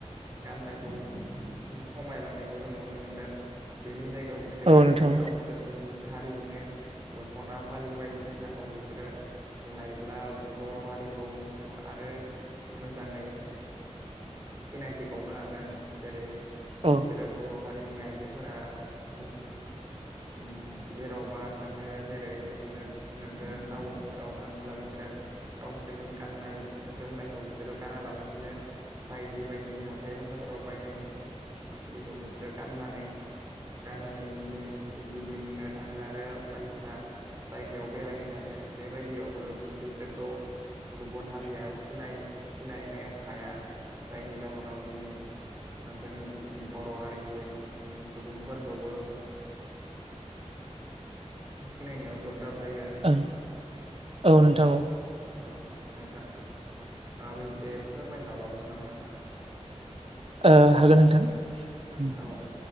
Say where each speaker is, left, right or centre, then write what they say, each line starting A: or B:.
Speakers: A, on the right; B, on the right.
A: गाननायखौ खमायलांनायखौ जों नुनो मोनदों बेनि जायगायाव बिसोरो
B: औ नोंथां
A: गावसोरनि हारिनिनो दख'ना फालि बायदिसिना सिनाखौ बिसोरो लायोब्ला बर' हारिखौ आरो मोजाङै सिनायथि बावनो हागोन जेरै
B: औ
A: बिसोरो बर' हारि आइजोफोरा उम जेरावबा थाङो जेरै नोगोर टाउनफोराव थाङोब्ला बिसोरो गावसोरनि गाननाय जोमनायखौ बिसोरो गानालाबाया बिनो बायदि बायदि हााइ बाजाराव बायनायखौ बिसोरो गाननानै गाननानै गिदिं गिदिंनो थाङो आरो बायदिसिना जायगायाव बेरायनो थाङो बेबायदियावबो बिसोरखौ गुबुन हारिया सिनाय सिनायनो हाया जायनि जाहोनाव जोंनि जोंनि बर' हारिनि सुबुंफोरखौबो सिनायनायाव गोब्राब जायो आरो नोंथां।
B: औ औ नोंथां
A: औ नोंथाङाबो एसे फोरमायजाबावगौ नामा नोंथाङा
B: ओ हागोन नोंथां
A: औ